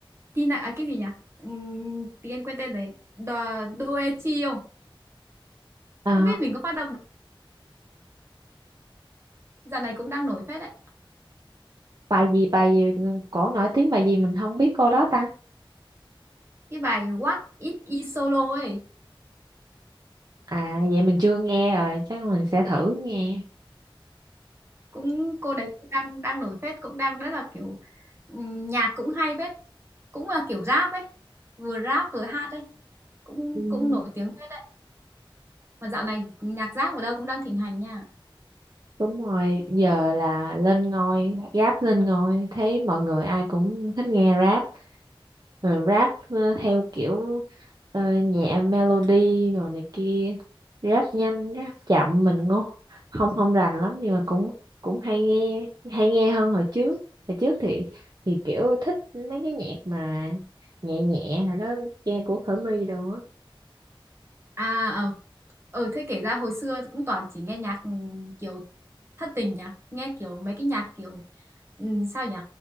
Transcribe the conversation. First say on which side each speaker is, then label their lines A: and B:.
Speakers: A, on the right; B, on the right.
A: Tina à, cái gì nhỉ um, tí em quên tên đấy The Doechi không
B: Ờ,
A: không biết mình có phát âm được. dạo này cũng đang nổi phết đấy
B: bài gì bài gì cổ nổi tiếng bài gì mình không biết cô đó ta.
A: cái bài What It Is Solo ấy
B: À vậy mình chưa nghe rồi chắc mình sẽ thử nghe.
A: cũng cô đấy cũng đang đang nổi phết cũng đang rất là kiểu ừm, nhạc cũng hay phết cũng là kiểu rap ấy vừa rap vừa hát ấy cũng
B: <laughs>
A: cũng nổi tiếng phết đấy mà dạo này nhạc rap ở đâu cũng đang thịnh hành nha
B: Đúng rồi, giờ là lên ngôi, rap lên ngôi, thấy mọi người ai cũng thích nghe rap, rồi rap ờ, theo kiểu ờ, nhẹ melody rồi này kia, rap nhanh, rap chậm mình ngu, không không rành lắm nhưng mà cũng cũng hay nghe, hay nghe hơn hồi trước. Hồi trước thì thì kiểu thích mấy cái nhạc mà nhẹ nhẹ là đó, nghe của Khởi My đồ á,
A: à ờ ờ thế kể ra hồi xưa cũng toàn chỉ nghe nhạc ừm, kiểu thất tình nhỉ nghe kiểu mấy cái nhạc kiểu ừm, sao nhỉ